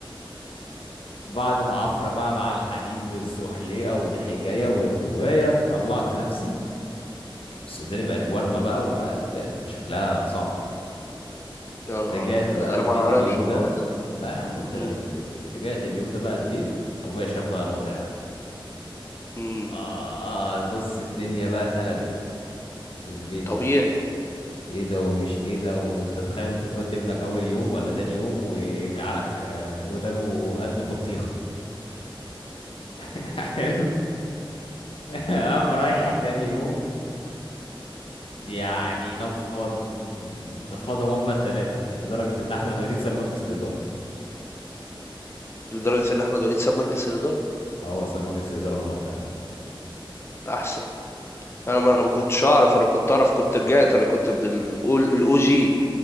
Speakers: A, on the left; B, on the left.
A: بعد معافرة بقى مع الحديد والزحليقة والحكاية والرواية طلعت نفسي السوداني بقت ورمة بقى وبقت بقت شكلها صعب
B: يا نهار
A: رجعت
B: ابيض
A: بقى
B: انا
A: البيت
B: ما اعرفش
A: اليوم
B: الحوار
A: ده
B: ده
A: لا يا عم قلت
B: امم
A: لك قبل كده رجعت اليوم ده بقى البيت ابويا شاف بقى الوضع ده
B: امم
A: اه, آه بص الدنيا بقى اتقلبت في البيت
B: طبيعي
A: بقى ايه ده ومش ايه ده وانت تخيل تتودي ابنك اول يوم ولا تاني يوم ويرجع لك آه، ودانه قد البطيخة <laughs> حلو <laughs> قام رايح تاني يوم يعني نفض نفضهم هما التلاتة لدرجة ان احمد وليد ساب مجلس الادارة
B: لدرجه ان احمد وليد ساب مجلس الاداره
A: اه هو ساب مجلس الادارة من وقتها
B: احسن انا ما انا ما كنتش اعرف انا كنت اعرف كنت رجعت انا كنت من الاول الاو جي